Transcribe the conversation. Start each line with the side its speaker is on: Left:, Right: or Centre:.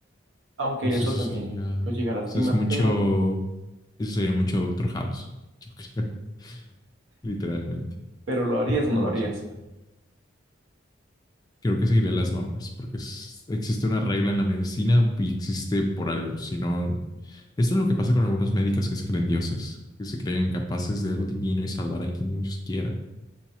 Right: aunque
Left: Pues
Right: eso
Left: eso
Right: también
Left: sería,
Right: lo llega a lastimar,
Left: eso es mucho,
Right: pero,
Left: eso sería mucho Doctor House, yo creo, <laughs> literalmente.
Right: pero ¿lo harías o no
Left: Mucho
Right: lo harías?
Left: Doctor- Creo que seguiría las normas, porque es- existe una regla en la medicina y existe por algo. Si no, esto es lo que pasa con algunos médicos que se creen dioses, que se creen capaces de lo divino y salvar a quien ellos quieran.